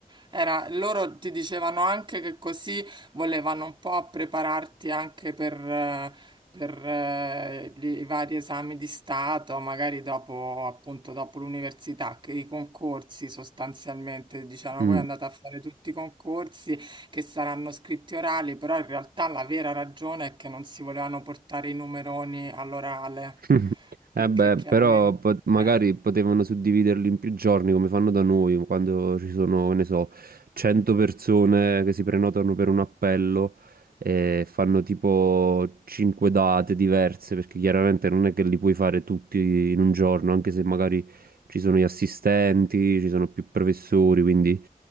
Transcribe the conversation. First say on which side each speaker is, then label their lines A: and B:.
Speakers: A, on the right; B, on the right.
A: Era- loro ti dicevano anche che così volevano un po' prepararti anche per, eh, per, eh, gli- i vari esami di Stato, magari dopo, appunto, dopo l'università, che i concorsi sostanzialmente, dicevano
B: Mm.
A: voi andate a fare tutti i concorsi che saranno scritti orali, però in realtà la vera ragione è che non si volevano portare i numeroni all'orale,
B: <laughs> Eh
A: perché
B: beh,
A: chiaramente...
B: però po- magari
A: eh,
B: potevano suddividerli in più giorni come fanno da noi, quando ci sono, che ne so, 100 persone che si prenotano per un appello e fanno tipo 5 date diverse, perché chiaramente non è che li puoi fare tutti in un giorno, anche se magari ci sono gli assistenti, ci sono più professori, quindi